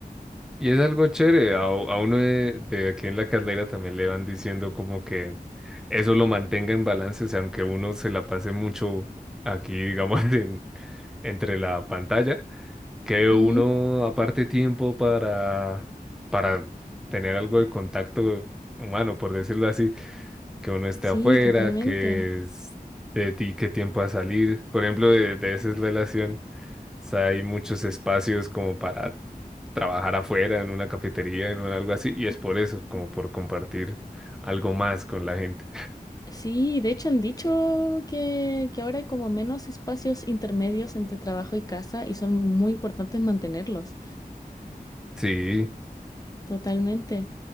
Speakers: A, in the centre; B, on the left.
A: Y es algo chévere, a, a uno de, de aquí en la carrera también le van diciendo como que eso lo mantenga en balance, o sea, aunque uno se la pase mucho aquí, digamos, <laughs> en- entre la pantalla. que uno
B: Ujú.
A: aparte tiempo para, para tener algo de contacto humano, por decirlo así, que uno esté
B: Sí,
A: afuera,
B: totalmente.
A: que es de ti qué tiempo a salir. Por ejemplo, de, de esa relación, o sea, hay muchos espacios como para trabajar afuera, en una cafetería, en un algo así, y es por eso, como por compartir algo más con la gente.
B: Sí, de hecho han dicho que, que ahora hay como menos espacios intermedios entre trabajo y casa y son muy importantes mantenerlos,
A: Sí.
B: totalmente.